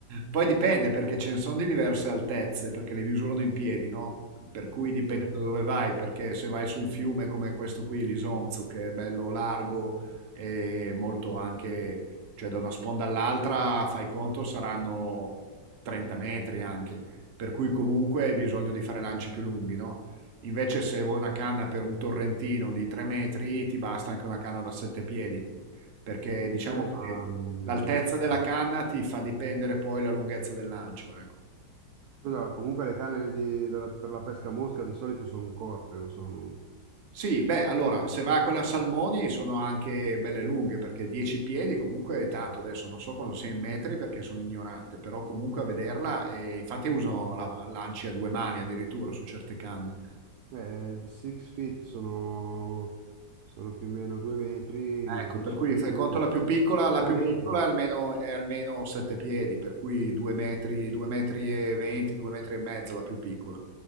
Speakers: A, on the right (about 45°); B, on the right (about 70°).
A: Poi dipende perché ce ne sono di diverse altezze, perché le misurano in piedi, no? Per cui dipende
B: Sì,
A: da dove vai, perché se vai su un fiume come questo qui, l'Isonzo, che è bello largo e molto anche, cioè da una sponda all'altra, fai conto, saranno 30 metri anche, per cui comunque hai bisogno di fare lanci più lunghi, no? Invece se vuoi una canna per un torrentino di 3 metri, ti basta anche una canna da 7 piedi perché diciamo
B: ok,
A: che
B: ma, mm,
A: l'altezza della canna ti fa dipendere poi la lunghezza del lancio, ecco.
B: scusa, comunque le canne di- della- per la pesca a mosca di solito sono corte, non sono lunghe.
A: Sì, beh, allora, se va a quella a salmoni sono anche belle lunghe, perché 10 piedi comunque è tanto, adesso non so quanto sia in metri perché sono ignorante, però comunque a vederla, e infatti uso la, lanci a due mani addirittura su certe canne.
B: Eh, six feet sono, sono più o meno 2 metri,
A: Ecco,
B: 10
A: per cui
B: piedi,
A: fai conto la più piccola, la
B: 3
A: più
B: metri.
A: piccola è almeno, è almeno 7 piedi, per cui 2 metri, 2 metri e 20, 2 metri e mezzo la più piccola.